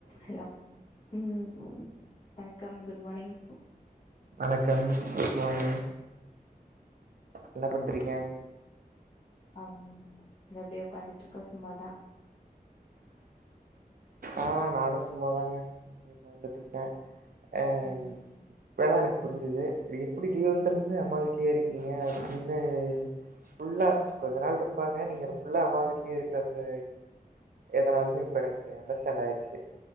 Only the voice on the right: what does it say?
வணக்கம் <unintelligible> என்ன பண்றீங்க
ஆஹ் நானும் சும்மாதாங்க தந்துட்டு இருக்கேன் அஹ்
இப்பல்லாம் எனக்கு புரிஞ்சுது எப்படி லீவுல் இருந்து அம்மா வீட்டுலேயே இருக்கீங்க அப்படின்னு ஃபுல்லா கொஞ்ச நாள் இருப்பாங்க நீங்க ஃபுல்லா அம்மா வீட்லயே இருக்கங்க எதனாலும் இப்ப எனக்கு அண்டர்ஸ்டாண்ட் ஆயிடுச்சு